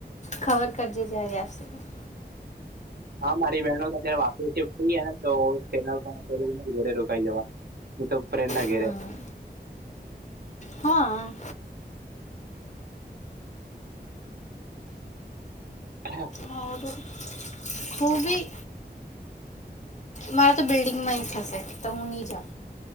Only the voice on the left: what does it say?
ખબર કરજે જ્યારે આવશે ત્યારે.
હમ
હા.
આરુ ખૂબી. મારે તો બિલ્ડિંગમાં થશે તો હું નહી જાઉ.